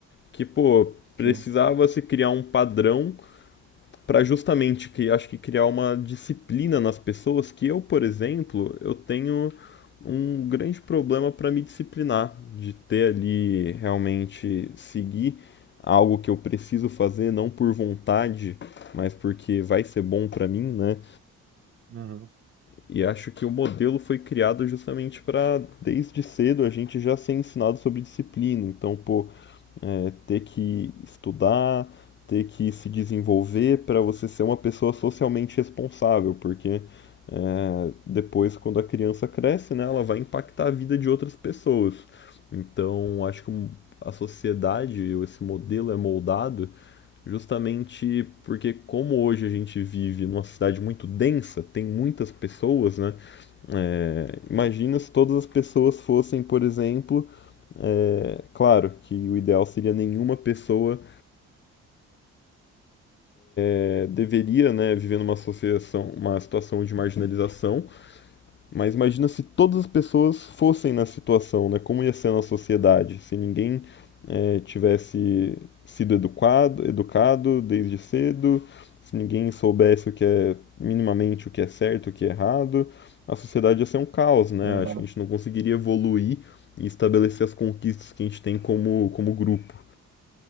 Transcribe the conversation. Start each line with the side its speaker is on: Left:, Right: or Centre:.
Left: Que, pô, precisava
Right: Sim.
Left: se criar um padrão para justamente que acho que criar uma disciplina nas pessoas que eu, por exemplo, eu tenho um grande problema para me disciplinar, de ter ali realmente seguir algo que eu preciso fazer não por vontade, mas porque vai ser bom para mim, né?
Right: Aham.
Left: E acho que o modelo foi criado justamente para desde cedo a gente já ser ensinado sobre disciplina. Então, pô, é ter que estudar, ter que se desenvolver para você ser uma pessoa socialmente responsável, porque é, depois, quando a criança cresce, né, ela vai impactar a vida de outras pessoas. Então, acho que um- a sociedade, ou esse modelo é moldado justamente porque, como hoje a gente vive numa cidade muito densa, tem muitas pessoas, né? É, imagina se todas as pessoas fossem, por exemplo, é, claro que o ideal seria nenhuma pessoa é, deveria, né, viver numa associação, uma situação de marginalização, mas imagina se todas as pessoas fossem na situação, né, como ia ser na sociedade, se ninguém é, tivesse sido educado, educado desde cedo, se ninguém soubesse o que é minimamente o que é certo, o que é errado, a sociedade ia ser um caos, né?
Right: Aham.
Left: Acho que a gente não conseguiria evoluir e estabelecer as conquistas que a gente tem como, como grupo.